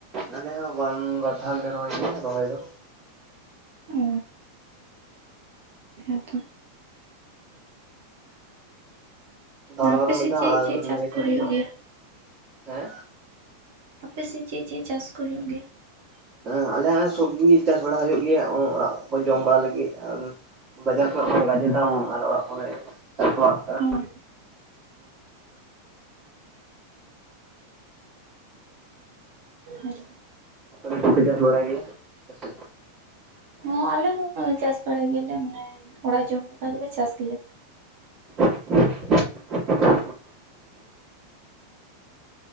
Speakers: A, on the right (about 30°); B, on the right (about 50°).
A: ᱟᱞᱮ ᱦᱚᱸ ᱵᱟᱝ ᱵᱟᱨ ᱫᱷᱟᱣ ᱜᱮ ᱞᱮ ᱨᱚᱦᱚᱭ ᱜᱮᱭᱟ ᱨᱚᱦᱚᱭ ᱫᱚ ᱾
B: ᱚᱻ ᱦᱮᱸᱛᱚ,
A: ᱫᱷᱚᱨᱚᱱ
B: ᱟᱯᱮ
A: ᱨᱮ ᱢᱤᱫ
B: ᱥᱮᱫ
A: ᱫᱷᱟᱣ
B: ᱪᱮᱫ
A: ᱟᱨ
B: ᱪᱮᱫ
A: <unintelligible>
B: ᱪᱟᱥ ᱠᱚ ᱦᱩᱭᱩᱜ ᱜᱮᱭᱟ
A: ᱦᱮᱸ
B: ᱟᱯᱮ ᱥᱮᱜ ᱪᱮᱜ ᱪᱮᱜ ᱪᱟᱥ ᱠᱚ ᱦᱩᱭᱩᱜ ᱜᱮᱭᱟ?
A: ᱦᱮᱸ ᱟᱞᱮᱭᱟᱜ ᱥᱚᱵᱽᱡᱤ ᱪᱟᱥ ᱵᱟᱲᱟ ᱦᱳᱭᱳᱜ ᱜᱮᱭᱟ ᱚᱝ ᱚᱲᱟᱜ ᱠᱚ ᱡᱚᱢ ᱵᱟᱲᱟ ᱞᱟᱹᱜᱤᱫ, ᱟᱨ ᱵᱟᱡᱟᱨ ᱠᱟᱨᱮᱜ ᱢᱟ ᱜᱟᱡᱮ ᱫᱟᱢ ᱟᱨ ᱚᱲᱟᱜ ᱠᱚᱨᱮ <unintelligible> ᱾
B: ᱦᱮᱸ ᱦᱩ᱾
A: ᱟᱯᱮ ᱫᱚ ᱪᱮᱜ ᱯᱮ ᱪᱟᱥ ᱵᱟᱲᱟᱭ ᱜᱮᱭᱟ? <unintelligible>
B: ᱦᱚᱸ ᱟᱞᱮ ᱦᱚᱸ ᱪᱟᱥ ᱵᱟᱲᱟᱭ ᱜᱮᱭᱟᱞᱮ, ᱢᱟᱱᱮ ᱚᱲᱟᱜ ᱡᱚᱢ ᱞᱮᱠᱟ ᱜᱮᱞᱮ ᱪᱟᱥ ᱜᱮᱭᱟ ᱾
A: <inaudible>